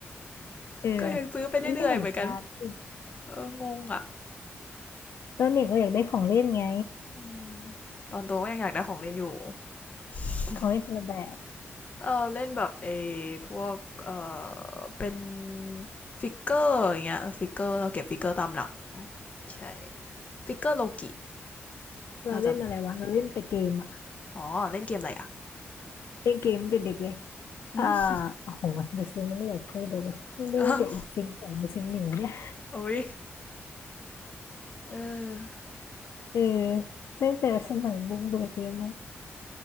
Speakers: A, on the left; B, on the left.
A: <laughs>
B: เออ
A: ก็ยังซื้อไปเรื่อยๆเหมือนกัน
B: มันไม่เหมือนการ์ดสิ
A: เอองงอ่ะ
B: ตอนเด็กเราอยากได้ของเล่นไง
A: อมตอนโตก็ยังอยากได้ของเล่นอยู่ <laughs>
B: ของเล่นคนละแบบ
A: เออเล่นแบบเอพวกเออเป็นฟิกเกอร์อย่างเงี้ยฟิกเกอร์เราเก็บฟิกเกอร์ตามหลังใช่ฟิกเกอร์โลกิ
B: เราเล่นอะไรวะเราเล่นแต่เกมอะ
A: น่าจะอ๋อเล่นเกมอะไรอะ
B: เล่นเกมตั้งแต่เด็กเลย
A: <laughs>
B: อ่า
A: อ
B: โอ้โหเดอะซิมไม่อยากพูดเลยว่ะไม่ตั้งแต่ซิมสองหรือซิมหนึ่งวะเนี่ย
A: อ้าวโอ้ยเออ
B: เออตั้งแต่สมัยบุ้งเบิกเลยมั้ง